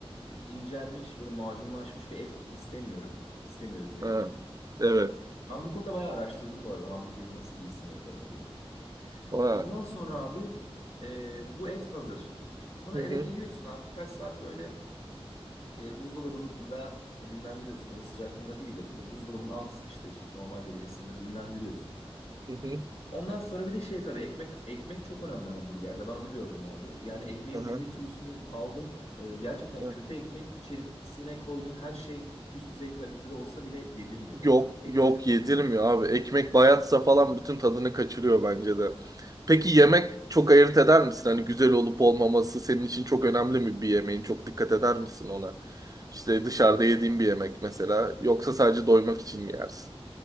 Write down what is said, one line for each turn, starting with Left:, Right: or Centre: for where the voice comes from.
Left: e, incelmiş böyle macunlaşmış bir et istemiyorum. İstemiyoruz yani.
Right: Ha, evet.
Left: Ben bu konuda bayağı araştırdım bu arada hamburgeri nasıl iyisini yaparım diye.
Right: Ha.
Left: Ondan sonra abi e, bu et hazır. Sonra
Right: Hı
Left: eve
Right: hı,
Left: geliyorsun abi birkaç saat böyle e, buzdolabında dinlendiriyorsun. Oda sıcaklığında değil de böyle buzdolabının alt işte, işte normal derecesinde dinlendiriyorsun.
Right: hı hı,
Left: Ondan sonra bir de şey tabii ekmek ekmek çok önemli hamburgerde. Ben onu gördüm abi. Yani ekmeğin
Right: aha,
Left: bin bir türlüsünü aldım. E, gerçekten
Right: aha.
Left: kötü ekmek içerisine koyduğun her şey üst düzey kalitede olsa bile yedirmiyor.
Right: Yok
Left: Ekmek
Right: yok
Left: çok
Right: yedirmiyor
Left: önemli.
Right: abi. Ekmek bayatsa falan bütün tadını kaçırıyor bence de. Peki yemek çok ayırt eder misin? Hani güzel olup olmaması senin için çok önemli mi bir yemeğin? Çok dikkat eder misin ona? İşte dışarıda yediğin bir yemek mesela. Yoksa sadece doymak için mi yersin?